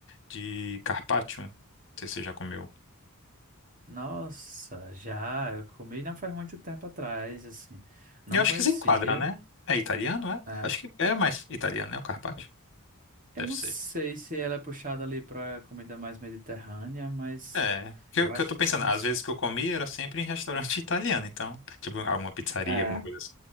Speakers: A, on the left; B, on the right.
A: de carpaccio. Não sei se você já comeu.
B: Nossa, já. Eu comi não faz muito tempo atrás, assim. Não
A: Eu acho
B: conhecia.
A: que se enquadra, né? É italiano, é?
B: é.
A: Acho que é mais italiano, né? O carpaccio.
B: Eu
A: Deve
B: não
A: ser.
B: sei se ela é puxada ali pra comida mais mediterrânea, mas
A: É, que
B: eu
A: eu,
B: acho.
A: que eu tô pensando,
B: não
A: às
B: s-
A: vezes que eu comi era sempre em <laughs> restaurante italiano, então, tipo, alguma pizzaria,
B: É,
A: alguma coisa assim.